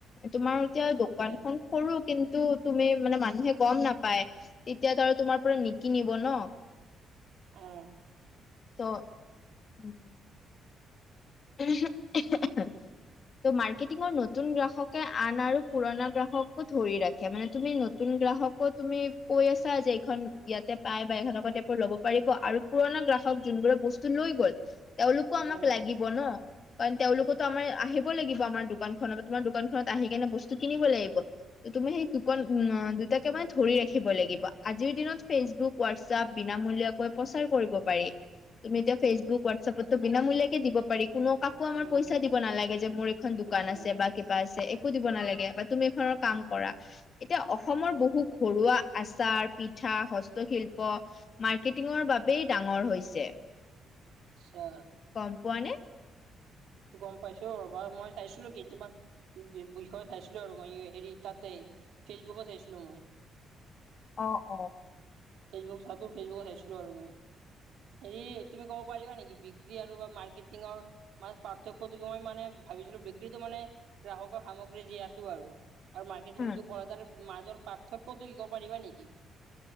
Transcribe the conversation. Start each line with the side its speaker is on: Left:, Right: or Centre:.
Left: তোমাৰ এতিয়া দোকানখন।
Right: আচ্ছা
Left: সৰু কিন্তু তুমি মানে মানুহে গম নাপায় তেতিয়াতো আৰু তোমাৰ পৰা নিকিনিব ন।
Right: অঁ।
Left: ত <inaudible> <unintelligible>
Right: <inaudible>
Left: ত' মাৰ্কেটিঙৰ নতুন গ্ৰাহকে আন আৰু পুৰণা গ্ৰাহকো ধৰি ৰাখে। মানে তুমি নতুন গ্ৰাহক আকৌ তুমি কৈ আছা যে এইখন ইয়াতে পাই বা এইখন এনেকুৱা তাইপৰ ল'ব পাৰিব। আৰু পুৰণা গ্ৰাহক যোনবোৰে বস্তু লৈ গ'ল, তেওঁলোকো আমাক
Right: উম
Left: লাগিব ন? কাৰণ তেওঁলোকোতো আমাৰ আহিব লাগিব। আমাৰ দোকানখনত। তোমাৰ দোকানখনত আহি কেনে বস্তু কিনিব লাগিব। ত' তুমি সেই <unintelligible> <unintelligible> ধৰি ৰাখিব লাগিব। আজিৰ দিনত ফেচবুক হোৱাটছপ বিনামূলীয়া কৈ প্ৰচাৰ কৰিব পাৰি। তুমি এতিয়া ফেচবুক, হোৱাটচএপত বিনামূলীয়াকেই দিব পাৰি। কোনো কাকো আমাৰ
Right: উম
Left: পইচা দিব নালাগে যে, মোৰ এখন
Right: পইচা
Left: দোকান
Right: দিব
Left: আছে।
Right: নালাগে
Left: বা <unintelligible> আছে। একো দিব নালাগে। বা তুমি এখনৰ কাম কৰা। এতিয়া অসমৰ বহু ঘৰুৱা আচাৰ, পিঠা, হস্তশিল্প মাৰ্কেটিঙৰ বাবেই ডাঙৰ হৈছে।
Right: আচছা।
Left: গম পোৱা নে?
Right: <unintelligible> গম পাইছো ৰ'বা। মই চাইছিলো কেইটমান বিষয়ে চাইছিলো। আৰু মই হেৰি তাতে ফেচবুকত চাইছিলো মই।
Left: অ অ।
Right: <unintelligible> ফেচবুত চাইছিলো আৰু মানে। হেৰি তুমি ক'ব পাৰিবা নিকি? বিক্ৰী আৰু বা মাৰ্কেটিংৰ মান পাৰ্থক্যটো কি? মই মানে ভাবিছিলো। বিক্ৰীতো মানে গ্ৰাহকৰ সামগ্ৰী দিয়াতো। আৰু। আৰু মাৰ্কেটিং
Left: উম
Right: <unintelligible> মাজৰ পাৰ্থক্যতো কি ক'ব পাৰিবা নেকি?